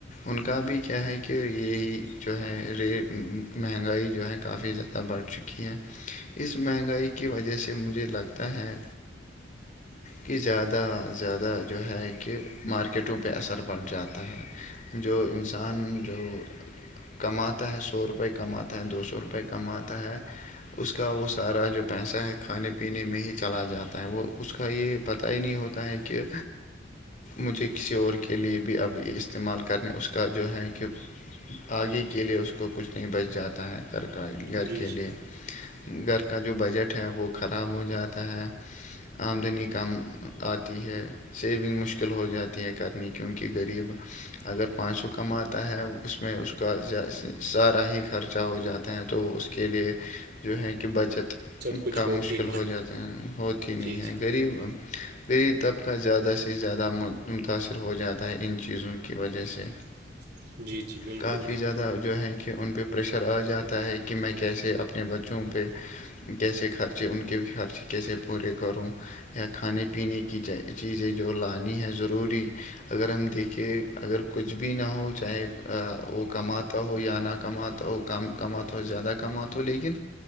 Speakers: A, on the left; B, on the right.
A: ان کا بھی کیا ہے کہ یہی جو ہے ریٹ مہنگائی جو ہے کافی زیادہ بڑھ چکی ہیں اس مہنگائی کی وجہ سے مجھے لگتا ہے
B: <inaudible>
A: کہ زیادہ زیادہ جو ہے کہ مارکیٹوں پہ اثر پڑ جاتا ہے جو انسان جو کماتا ہے سو روپئے کماتا ہے دو سو روپئے کماتا ہے اس کا وہ سارا جو پیسہ ہے کھانے پینے میں ہی چلا جاتا ہے وہ اس کا یہ پتہ ہی نہیں ہوتا ہے کہ مجھے کسی اور کے لئے بھی اب یہ استعمال کرنے اس کا جو ہے کہ آگے کے لیے اس کو کچھ نہیں بچ جاتا ہے گھر کا گھر
B: جی
A: کے
B: جی
A: لیے گھر کا جو بجٹ ہے وہ خراب ہو جاتا ہے آمدنی کم آتی ہے سیونگ مشکل ہو جاتی ہے کرنی کیونکہ غریب اگر پانچ سو کماتا ہے اس میں اس کا سارا ہی خرچہ ہو جاتا ہیں تو اس کے لیے جو ہے کہ بچت
B: کچھ
A: کا
B: ہوتی
A: مشکل
B: نہیں
A: ہو جاتا ہیں ہوتی نہیں
B: جی جی
A: ہے غریب پری طبقہ زیادہ سے زیادہ متاثر ہو جاتا ہے ان چیزوں کی وجہ سے
B: <inaudible> بالکل
A: کای زیادہ جو ہے کہ ان پہ پریشر آ جاتا ہے کہ میں کیسے اپنے بچوں پہ کیسے خرچے ان کے بھی خرچے کیسے پورے کروں یا کھانے پینے کی چیزیں جو لانی ہے ضروری اگر ہم دیکھیں اگر کچھ بھی نہ ہو چاہے وہ کماتا ہو یا نہ کماتا تو وہ کم کماتا ہو زیادہ کما ہو لیکن